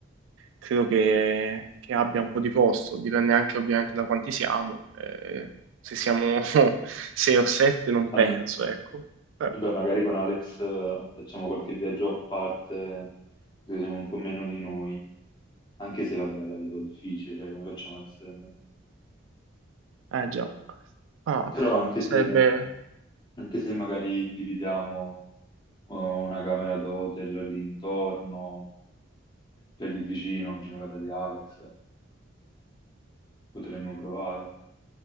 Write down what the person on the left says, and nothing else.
vabbè,
Vabbè, magari con Alex eh, facciamo qualche viaggio a parte dove siamo un po' meno di noi, anche se vabbè la vedo difficile, cioè come facciamo a essere meno?
Però anche
se, anche se magari dividiamo eh, una camera d'hotel lì intorno, cioè lì vicino, vicino a casa di Alex, potremmo provare.